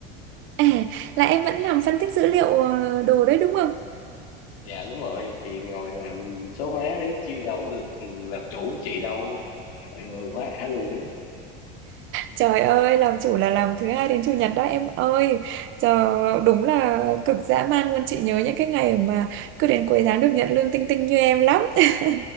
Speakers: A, on the right (about 40°); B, on the left (about 75°).
A: À, là em vẫn làm phân tích dữ liệu ờ, đồ đấy đúng không?
B: Dạ đúng rồi, thì ngồi làm số má riết chi đâu được ừ, làm chủ chị đâu. Trời ơi, quá ả luôn á.
A: Trời ơi, làm chủ là làm thứ hai đến chủ nhật đó em ơi. Trời, đúng là cực dã man luôn chị nhớ những cái ngày mà cứ đến cuối tháng được nhận lương tinh tinh như em lắm. <laughs>